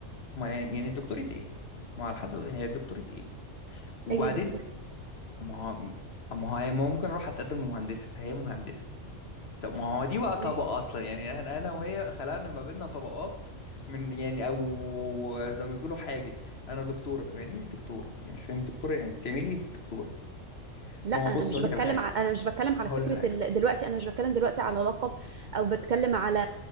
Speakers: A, on the left; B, on the right.
A: ما يعني يعني دكتورة ايه ما على حسب هي دكتورة ايه وبعدين
B: اي دكتورة
A: ما هو ما هو ما هو ممكن اروح اتقدم لمهندسه فهي مهندسه طب ما هو دي بقى
B: ماشي
A: طبقه اصلا يعني احنا انا وهي خلقنا ما بيننا طبقات من يعني او زي ما بيقولوا حاجز انا دكتوره طب يعني ايه دكتوره يعني مش فاهم دكتوره يعني بتعملي ايه دكتوره
B: لا
A: ما
B: انا
A: هو بص
B: مش
A: اقول
B: بتكلم
A: لك على حاجه
B: ع... انا مش بتكلم على
A: هقول
B: فكره
A: لك على حاجه
B: ال... دلوقتي انا مش بتكلم دلوقتي على لقب او بتكلم على